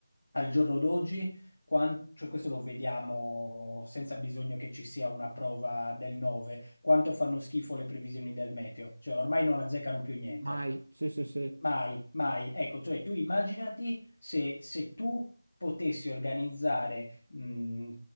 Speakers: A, on the left; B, on the right.
A: al giorno d'oggi quan- cioè questo lo vediamo senza bisogno che ci sia una prova del 9, quanto fanno schifo le previsioni del meteo, cioè ormai non azzeccano più niente.
B: mai, sì, sì, sì.
A: Mai, mai. Ecco, cioè tu immaginati se, se tu potessi organizzare, mh,